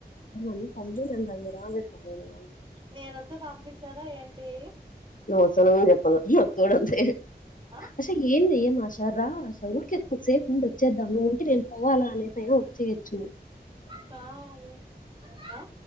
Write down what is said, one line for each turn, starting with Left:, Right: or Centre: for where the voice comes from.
Left: నన్ను పంపినండి అంగ రావే స్వామి
Right: నేనొస్తే పంపిస్తారా ఏంటి
Left: నువ్వ వస్తానవని చెప్పాలా ఒక తోడు అంతే
Right: ఆ
Left: అసల ఏం చెయ్య ఆషర్రా ఆ వూరికే కిది సేపు ఉండి వచ్చేద్దాం నువ్వు ఉంటే నేను పోవాలా అనేది అయినా వచ్చేయొచ్చు
Right: కదే ఆ